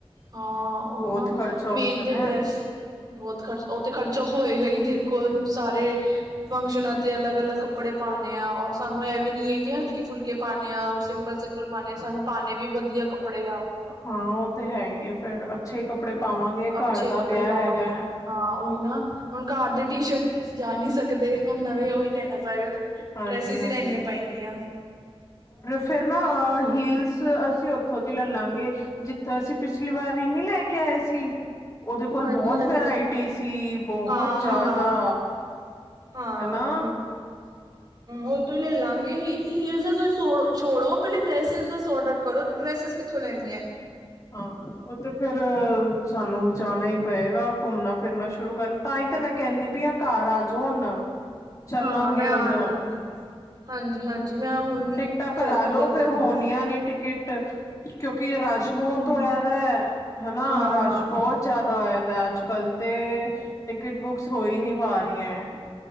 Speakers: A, on the right; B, on the left.
A: ਹਾਂ ਉਹੀ
B: ਬਹੁਤ
A: ਨਾ
B: ਖ਼ਰਚਾ ਹੋਸਣ
A: ਮੇਨ ਤੇ ਡਰੈਸ
B: ਹੈ।
A: ਬਹੁਤ ਖਰਚ ਉਹ ਤੇ ਖਰਚਾ ਹੋਏਗਾ ਹੀ ਦੇ ਕੋਣ ਸਾਰੇ ਫੰਕਸ਼ਨਾਂ ਤੇ ਅਲੱਗ -ਅਲੱਗ ਕੱਪੜੇ ਪਾਣੇ ਹਾਂ ਔਰ ਸਾਨੂੰ ਇਹ ਵੀ ਨਹੀਂ ਹੈ ਕਿ ਹਲਕੇ ਫੁਲਕੇ ਪਾਣੇ ਆ ਔਰ ਸਿੰਪਲ ਸਿੰਪਲ ਪਾਂਣੇ ਆ ਸਾਨੂੰ ਪਾਣੇ ਵਧੀਆ ਕੱਪੜੇ ਆ
B: ਹਾਂ ਉਹ ਤੇ ਹੈ ਹੀ ਐ ਫੇਰ ਅ ਅੱਛੇ ਕੱਪੜੇ
A: ਹੁਣ
B: ਪਾਵਾਂਗੇ
A: ਅੱਛੇ
B: ਘਰ ਦਾ
A: ਕੱਪੜੇ
B: ਵਿਆਹ
A: ਪਾਵਾਂਗੇ
B: ਹੈਗਾ ਹੈ।
A: ਹਾਂ ਉਹੀ ਨਾ ਹੁਣ ਘਰ ਦੇ ਟੀਸ਼ਰਟ ਤੇ ਚ ਜਾ ਨਹੀਂ ਸਕ- ਦੇ ਹੁਣ ਨਵੇਂ ਉਹਹੀ ਲੈਣਾ ਪਏਗਾ
B: ਹਾਂਜੀ
A: ਡਰੈਸਿਸ
B: ਹਾਂਜੀ
A: ਹੀ ਲੈਣੀਆਂ ਪਏਗੀਆਂ
B: ਫੇਰ ਨਾ ਅ ਹੀਲਸ ਅਸੀਂ ਉੱਥੋਂ ਦੀ ਲੈਲਾਂਗੇ ਜਿੱਥੇ ਅਸੀਂ ਪਿਛਲੀ ਵਾਰੀ ਨੀ ਲੈ ਕੇ ਆ ਸੀ ਉਹਦੇ ਕੋਲ
A: ਹਾਂਜੀ
B: ਬੋਹੋਤ
A: ਹਾਂਜੀ
B: ਵਰਾਇਟੀ ਸੀ ਬੋਹੁਤ
A: ਹਾਂ
B: ਜ਼ਿਆਦਾ।
A: ਹਾਂ <inaudible> ਹਾਂ
B: ਹਨਾ
A: ਓਹ ਤੋਂ ਲੇਲਾਂਗੇ ਹੀ ਤੁਸੀਂ ਛੋੜੋ ਪਹਿਲੇ ਡਰੈਸਿਸ ਦਾ ਸੋਰਟ ਆਊਟ ਕਰੋ ਡਰੈਸਿਸ ਕਿੱਥੋਂ ਲੈਣੀ ਹੈ?
B: ਹਾਂ ਉਹ ਤੇ ਫੇਰ ਸਾਨੂੰ ਜਾਣਾ ਹੀ ਪਏਗਾ ਘੁੰਮਣਾ ਫਿਰਨਾ ਸ਼ੁਰੂ ਕਰਨ ਤਾਂ ਹੀ ਤੇ ਮੈਂ ਕਹਿੰਦੀ ਪਈ ਆਹ ਘਰ ਆ ਜਾਉ ਹੁਣ ਚਲਾਂਗੇ
A: ਹਾਂ ਮੈਂ
B: ਹੁਣ।
A: ਆਉਣ ਲੱਗੀ ਹਾਂਜੀ ਹਾਂਜੀ ਮੈਂ ਹੁਣ
B: ਟਿਕਟਾ
A: ਜਲਦੀ
B: ਕਰਾ ਲਓ
A: ਜਲਦੀ
B: ਫਿਰ
A: ਆਉਣਾ
B: ਹੋਣੀਆਂ ਨਹੀਂ ਟਿਕਟ ਕਿਉਂਕਿ ਰਸ਼ ਬਹੁਤ
A: ਹਮ
B: ਹੋਇਆ ਦਾ ਹੈਨਾ
A: ਹਾਂ
B: ਰਸ਼
A: ਹਾਂ
B: ਬਹੁਤ ਜਿਆਦਾ ਹੋਇਆ ਦਾ। ਕੱਲ ਤੇ ਟਿਕਟ ਬੁੱਕਸ ਹੋ ਹੀ ਨਹੀਂ ਪਾ ਰਹੀ ਹੈ।